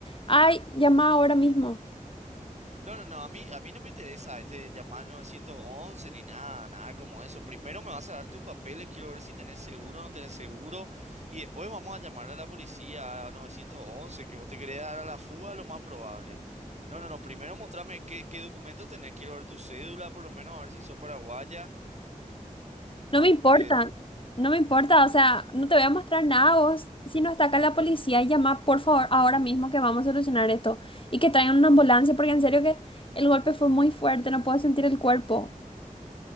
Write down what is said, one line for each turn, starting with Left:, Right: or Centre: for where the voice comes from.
Left: ay, llama ahora mismo.
Right: No, no, no, a mí, a mí no me interesa este llamar 911 ni nada, nada como eso. Primero me vas a dar tus papeles, quiero ver si tenés seguro o no tenés seguro. Y después vamos a llamar a la policía, a 911, que vos te querés dar a la fuga, lo más probable. No, no, no, primero mostrame qué, qué documentos tenés, quiero ver tu cédula, por lo menos a ver si sos paraguaya. Vamos,
Left: No me importa,
Right: eh,
Left: no me importa. O sea, no te voy a mostrar nada vos. Si no está acá la policía, llama por favor ahora mismo que vamos a solucionar esto. Y que traigan una ambulancia porque en serio que el golpe fue muy fuerte. No puedo sentir el cuerpo.